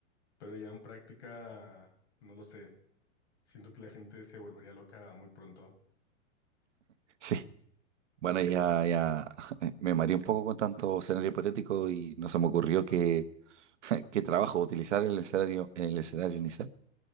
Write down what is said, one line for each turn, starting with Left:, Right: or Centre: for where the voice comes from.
Left: pero ya en práctica, no lo sé. Siento que la gente se volvería loca muy pronto.
Right: sí. Bueno, ya, ya <laughs> me mareé un poco con tanto escenario hipotético y no se me ocurrió que <laughs> qué trabajo utilizar en el escenario en el escenario inicial.